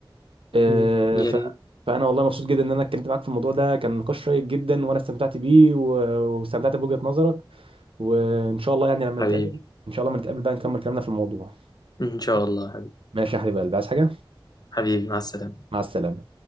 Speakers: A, on the right (about 85°); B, on the left (about 45°).
A: آه،
B: م. يا
A: ف
B: ريت
A: فانا والله مبسوط جدا ان انا اتكلمت معاك في الموضوع ده كان نقاش شيق جدا وانا استمتعت بيه و- واستمتعت بوجهة نظرك وان شاء الله يعني لما
B: حبيبي
A: نتقابل ان شاء الله لما نتقابل بقى نكمل كلامنا في الموضوع
B: إن شاء الله حبيبي
A: ماشي يا حبيب قلبي عايز حاجة
B: حبيبي مع السلامة
A: مع السلامة